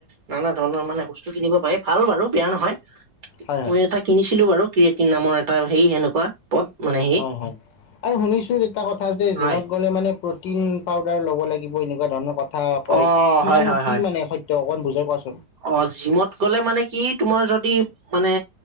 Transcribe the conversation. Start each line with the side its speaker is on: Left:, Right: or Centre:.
Right: নানা ধৰণৰ মানে বস্তু কিনিব পাৰে ভাল বাৰু বেয়া নহয়
Left: হয়, হয়,
Right: মই এটা কিনিছিলো বাৰু ক্ৰয়েটি নামৰ এটা সেই এনেকুৱা পত মানে
Left: হয় হয় আৰু শুনিছো এটা কথা যে
Right: হয়
Left: জিমত গলে মানে প্ৰটিন পাউডাৰ লব লব লাগিবই এনেকুৱা ধৰণৰ কথা কয়
Right: অ
Left: কিমান
Right: হয় হয়
Left: কি
Right: হয়
Left: মানে সত্য অকমান বুজাই কোৱাচোন
Right: অ জিমত গ'লে মানে কি তোমাৰ যদি মানে